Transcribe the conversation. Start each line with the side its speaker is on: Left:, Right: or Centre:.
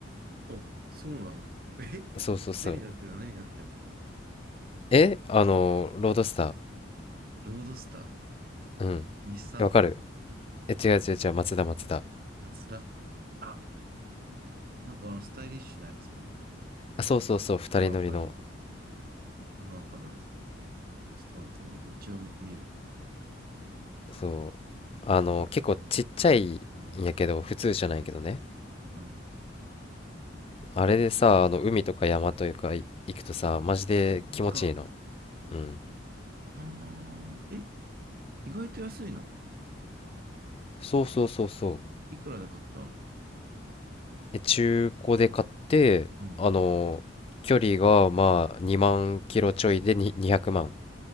Right: お、そうなのえ何になってんの何になってんの
Left: そうそうそう。えあの、ロードスター。
Right: ロードスター
Left: うん。
Right: 日産
Left: わかるえ、違う違う違う、松田松田。
Right: マツダあ、なんかあのスタイリッシュなやつ。
Left: あ、そうそうそう、二人乗りの。
Right: 多分わかるわ。多分わかるわ。ちょっと待ってね。一応見、見る。
Left: そう。あの、
Right: うん。
Left: 結構ちっちゃいんやけど、
Right: うん。うん。
Left: 普通車なんやけどね。
Right: うんこ
Left: あれでさ、あの、海とか山というかい行くとさ、マジで気持ちいいの。
Right: れか。
Left: うん。
Right: はあ、え、意外と安いの
Left: そうそうそうそう。
Right: いくらで買った
Left: え、中古で買って、
Right: ううん、
Left: あの、距離がまあ2万キロちょいでに200万。
Right: うん。